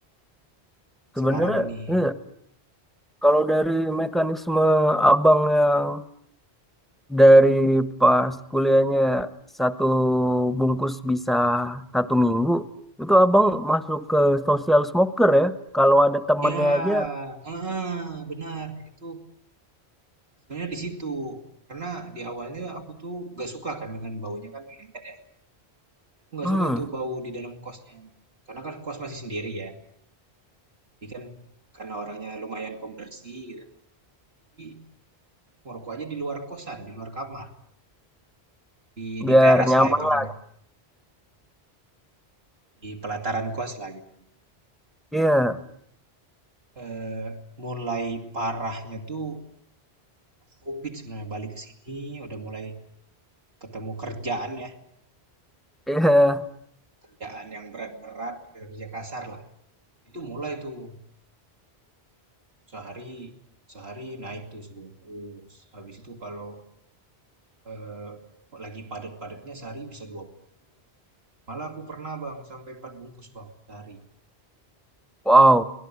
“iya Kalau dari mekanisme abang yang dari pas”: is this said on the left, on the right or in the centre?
Centre